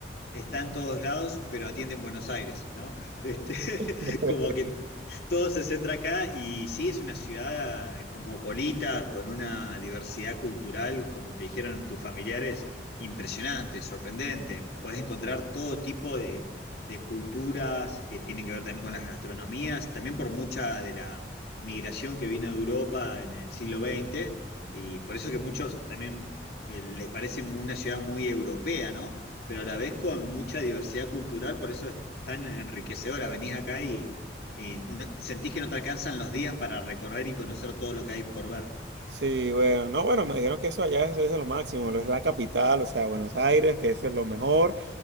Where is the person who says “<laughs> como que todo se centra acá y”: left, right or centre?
Left